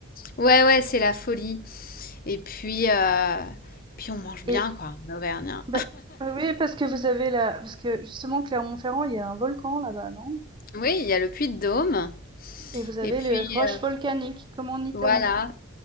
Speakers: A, on the left; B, on the right.
A: Ouais, ouais, c'est la folie. Et puis, euh, puis on mange bien,
B: Et
A: quoi, en Auvergne.
B: bah, bah oui parce que vous avez la, parce que justement Clermont-Ferrand il y a un volcan là-bas non?
A: Oui, il y a le Puy de Dôme.
B: Et vous avez
A: Et puis,
B: les roches
A: euh,
B: volcaniques comme en Italie.
A: voilà.